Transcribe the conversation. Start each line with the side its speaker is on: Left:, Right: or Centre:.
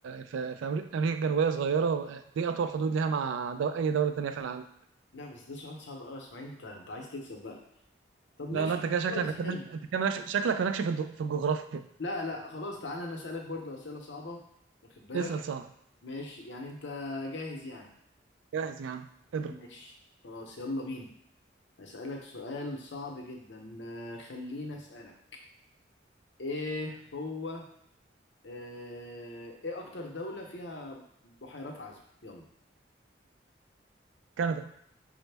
Right: في في أمري- امريكا الجنوبيه صغيره دي اطول حدود ليها مع دو... اي دوله تانيه في العالم
Left: لا بس ده سؤال صعب قوي اسماعيل انت انت عايز تكسب بقى طب ماشي
Right: لا لا انت كده شكلك
Left: خلاص
Right: بتحب-
Left: حلو
Right: انت كده مالكش- شكلك مالكش في الدو... في الجغرافيا
Left: لا لا خلاص تعالى انا اسالك برضو اسئله صعبه واخد بالك
Right: اسال صح
Left: ماشي يعني انت جاهز يعني
Right: جاهز يا عم اضرب
Left: ماشي خلاص يلا بينا اسالك سؤال صعب جدا آه، خليني اسالك ايه هو آه، ايه اكتر دوله فيها بحيرات عذبه يلا
Right: كندا